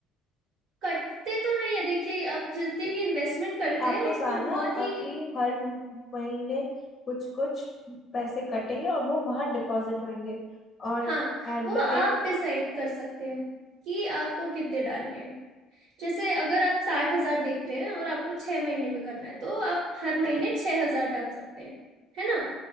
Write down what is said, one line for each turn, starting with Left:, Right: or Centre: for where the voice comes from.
Right: कटते तो नहीं है देखिए आप जितनी भी इन्वेस्टमेंट करते
Left: नहीं आपने
Right: हैं उसमें
Left: कहा ना
Right: बहुत
Left: अ,
Right: ही
Left: कि हर म- महीने कुछ कुछ पैसे कटेंगे और वो वहां डिपॉजिट होंगे और
Right: हाँ
Left: एट
Right: वो
Left: द
Right: आप
Left: एंड
Right: डिसाइड कर सकते हैं कि आपको कितने डालने हैं जैसे अगर आप साठ हजार देख रहे हैं और आपको छह महीने में करना है तो आप हर महीने छह हजार डाल सकते हैं है ना